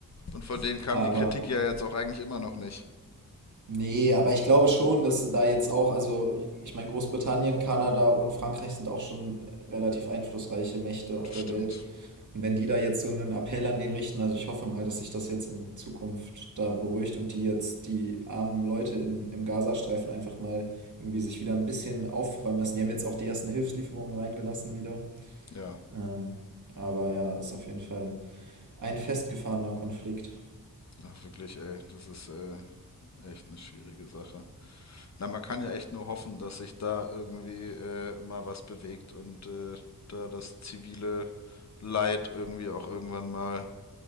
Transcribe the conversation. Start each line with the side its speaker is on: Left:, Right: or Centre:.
Left: Und von denen kam
Right: aber
Left: die Kritik ja jetzt auch eigentlich immer noch nicht.
Right: nee, aber ich glaube schon, dass da jetzt auch, also ich meine, Großbritannien, Kanada und Frankreich sind auch schon relativ einflussreiche Mächte auf
Left: Das
Right: der
Left: stimmt.
Right: Welt. Und wenn die da jetzt so einen Appell an den richten, also ich hoffe mal, dass sich das jetzt in Zukunft da beruhigt und die jetzt die armen Leute in, im Gazastreifen einfach mal irgendwie sich wieder ein bisschen aufräumen lassen. Die haben jetzt auch die ersten Hilfslieferungen reingelassen wieder.
Left: Ja.
Right: Ähm, aber ja, ist auf jeden Fall ein festgefahrener Konflikt.
Left: Ach, wirklich, ey, das ist äh, echt eine schwierige Sache. Na, man kann ja echt nur hoffen, dass sich da irgendwie äh, mal was bewegt und äh, da das zivile Leid irgendwie auch irgendwann mal